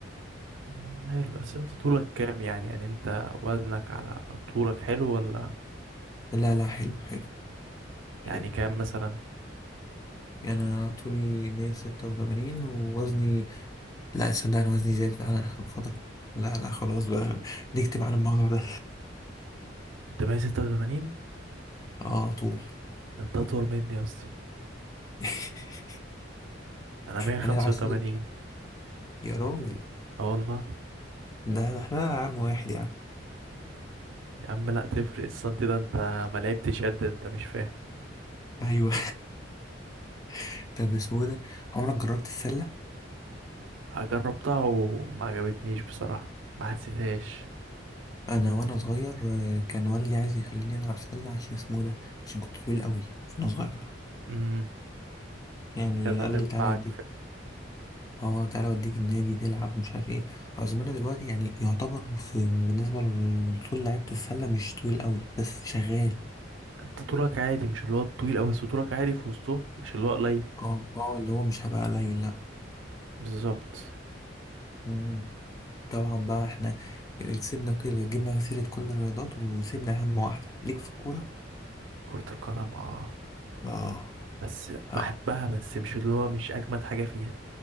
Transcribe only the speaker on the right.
مم، حلو بس انت طولك كام يعني يعني انت وزنك على طولك حلو ولا
يعني كام مثلا
انت 186
انت اطول مني يا اسطى
انا 185
اه والله
يا عم لا تفرق السنتي ده انت ما لعبتش قد انت مش فاهم
جربتها وما عجبتنيش بصراحة ما حسيتهاش
امم
كانت هتنفعك
انت طولك عادي مش اللي هو الطويل أوي بس طولك عادي في وسطه مش اللي هو قليل
بالظبط
كرة القدم اه
بس
بحبها بس مش اللي هو مش أجمد حاجة فيها